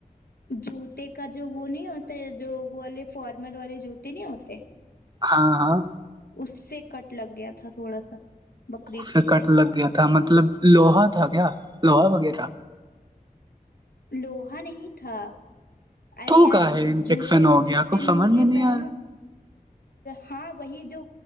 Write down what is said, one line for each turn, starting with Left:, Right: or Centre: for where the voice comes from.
Left: جوتے کا جو وہ نہیں ہوتا ہے جو وہ والے فارمر والے جوتے نہیں ہوتے
Right: ہاں ہاں
Left: اس سے کٹ لگ گیا تھا تھوڑا سا بقرعید
Right: اس سے
Left: کے ٹائم
Right: کٹ لگ گیا تھا مطلب لوہا تھا کیا لوہا وغیرہ
Left: لوہا نہیں تھا ارے
Right: تو
Left: یار
Right: کا ہے
Left: جب
Right: انفیکشن
Left: جوتے
Right: ہو
Left: جوتے
Right: گیا کچھ سمجھ
Left: موجے
Right: میں نہیں
Left: پہنو
Right: آ
Left: ہاں وہی جو